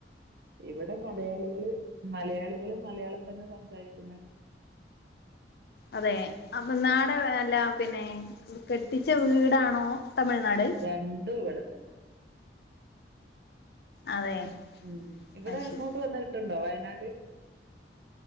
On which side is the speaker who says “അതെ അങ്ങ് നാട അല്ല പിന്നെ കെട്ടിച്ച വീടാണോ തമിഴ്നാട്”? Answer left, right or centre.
Left